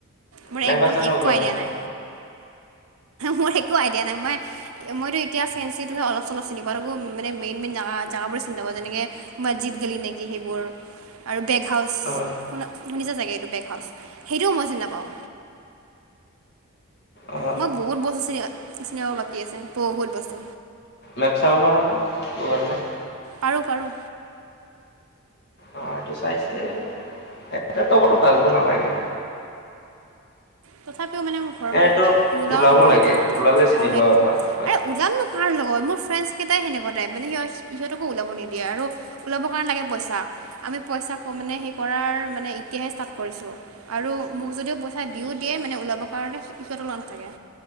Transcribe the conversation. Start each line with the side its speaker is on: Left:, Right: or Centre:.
Right: মোৰ
Left: মেপ
Right: একদম
Left: আছে ন
Right: একো
Left: গুগল
Right: আইডিয়া
Left: মেপ
Right: নাই, মোৰ একো আইডিয়া নাই। মই মইতো এতিয়া ফেঞ্চিটো অলপ-চলপ চিনি পাওঁ। তাকো মানে মেইন মেইন জেগা-জেগাবোৰে চিনি নাপাওঁ। যেনেকে গলি নেকি সেইবোৰ আৰু বেগ হাউচ
Left: অ
Right: শু-শুনিছা চাগে এইটো। বেগ হাউচ সেইটোও মই চিনি নেপাওঁ।
Left: অ
Right: মই বহুত বস্তু চিন-চিনি পাব বাকী আছে। বহুত বস্তু।
Left: মেপ চাব পাৰা নে গুগল মেপ?
Right: পাৰো পাৰোঁ।
Left: অ এইটো চাইছে এ <unintelligible> ভাবিব নালাগে।
Right: তথাপি মানে মোৰ ঘৰৰ পৰা
Left: এইটো অলপ
Right: নোলাও
Left: ওলাব
Right: নহয়
Left: লাগে
Right: সেইটোয়ে কথা।
Left: ওলালে চিনি
Right: অ সেইটো,
Left: পাবা ফাৰ্ষ্ট
Right: আৰে ওলাম নো কাৰ লগত। মোৰ ফ্ৰেণ্ডছ কেইটাই সেনেকুৱা টাইপ মানে, সিহঁতকো ওলাব নিদিয়ে আৰু ওলাব কাৰণে লাগে পইচা। আমি পইচা মানে সেই কৰাৰ মানে এতিয়াহে ষ্টাৰ্ট কৰিছো আৰু মোক যদিও পইচা দিও দিয়ে মানে ওলাব কাৰণে সিহঁতক লগে নাথাকে